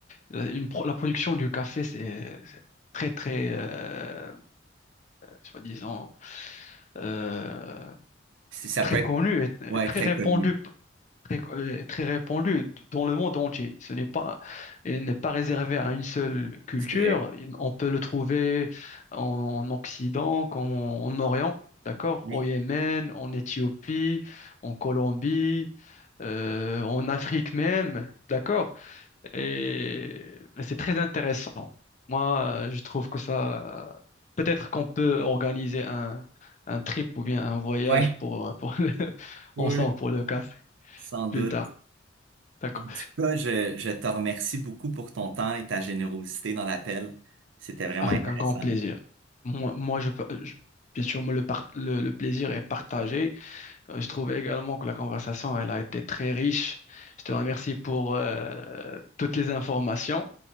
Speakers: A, on the left; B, on the right.
A: la- une pro- la production du café, c'est c'est très, très, euh, soi-disant, euh,
B: Si ça
A: très
B: peut être,
A: connu et
B: ouais,
A: très
B: très
A: répandu,
B: connu.
A: très, euh, très répandu dans le monde entier. Ce n'est pas, il n'est pas réservé à une seule culture.
B: C'est vrai.
A: Il- On peut le trouver en Occident comme en, en Orient, d'accord?
B: Oui.
A: Au Yémen, en Éthiopie, en Colombie, euh, en Afrique même, d'accord? et, et c'est très intéressant. Moi, euh, je trouve que ça, euh, peut-être qu'on peut organiser un, un trip ou bien un voyage
B: Ouais,
A: pour, euh, pour <laughs>
B: Oui.
A: ensemble pour le café
B: sans doute.
A: plus tard. D'accord.
B: En tout cas, je, je te remercie beaucoup pour ton temps et ta générosité dans l'appel. C'était vraiment
A: Avec
B: intéressant.
A: un grand plaisir. Moi, moi je, peux- je- bien sûr, moi, le, par- le, le plaisir est partagé Je trouve également que la conversation, elle a été très riche. Je te remercie pour euh, toutes les informations